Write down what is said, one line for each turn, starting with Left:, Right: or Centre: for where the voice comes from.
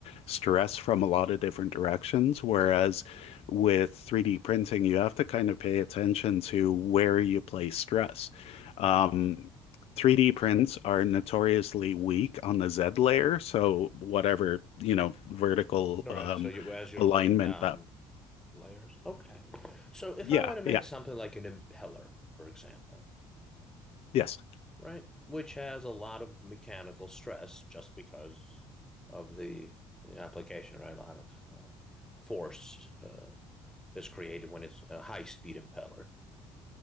Left: stress from a lot of different directions, whereas with 3D printing, you have to kind of pay attention to where you place stress. Um, 3D prints are notoriously weak on the Z layer, so whatever, you know, vertical
Centre: All
Left: um,
Centre: right, so you as you're
Left: alignment
Centre: laying down
Left: that.
Centre: layers. Okay. So if
Left: Yeah,
Centre: I want to make
Left: yeah,
Centre: something like an impeller, for example,
Left: yes.
Centre: right, which has a lot of mechanical stress just because of the, the application, right, a lot of uh, force. Uh, is created when it's a high speed impeller.